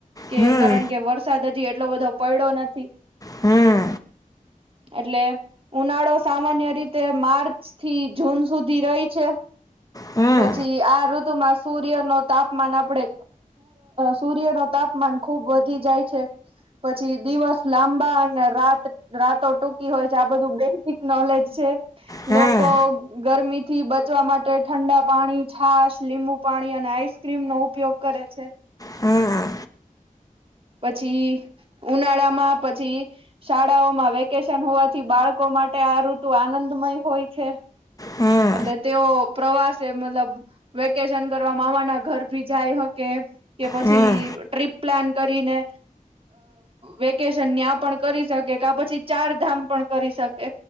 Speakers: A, on the right; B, on the left.
A: કે
B: હમ
A: કારણ કે વરસાદ હજી, એટલો બધો પડ્યો નથી
B: હમ
A: એટલે ઉનાળો સામાન્ય રીતે, માર્ચ થી જૂન સુધી રહી છે?
B: હમ
A: પછી, આ ઋત તુમાં સૂર્ય ન તાપમાન આપણે સૂર્ય ન તાપમાન ખુબ વધી જાય છે. પછી, દિવસ લાંબા અને રાત રાતો ટૂંકી હોય છે આ બધું બેઝિક નોલેજ છે.
B: હમ
A: લોકો, ગરમી થી બચવા માટે ઠંડા, પાણી, છાશ, લીંબુ પાણી અને આઈસક્રીમ નો ઉપયોગ કરે છે.
B: હમ
A: પછી ઉનાળામાં, પછી શાળાઓમાં વેકેશન હોવાથી બાળકો માટે આ ઋતુ આનંદમય, હોય છે?
B: હમ
A: એટલે તેઓ પ્રવાસે મતલબ વેકેશન કરવા મામા ના ઘર ભી જાય હકે કે પછી
B: હમ
A: ટ્રીપ પ્લાન કરીને વેકેશન ત્યા પણ કરી શકે કે પછી ચાર ધામ પણ કરી કે